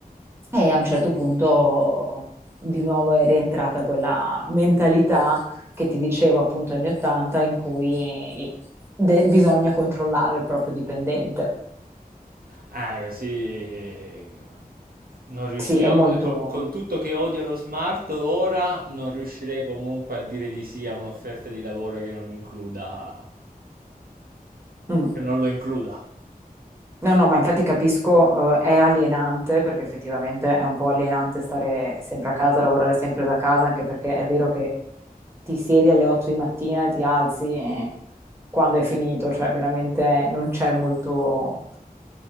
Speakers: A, on the right; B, on the right.
A: E a un certo punto di nuovo è rientrata quella mentalità che ti dicevo appunto anni 80 in cui de- bisogna controllare il proprio dipendente.
B: Eh, così non riusci-
A: Sì,
B: Io
A: è molto...
B: eh, co- con tutto che odio lo smart ora non riuscirei comunque a dire di sì a un'offerta di lavoro che non includa
A: Mm.
B: che non lo includa.
A: No, no, ma infatti capisco, eh, è alienante perché effettivamente è un po' alienante stare sempre a casa, lavorare sempre da casa, anche perché è vero che ti siedi alle 8 di mattina e ti alzi e quando è finito, cioè veramente non c'è molto,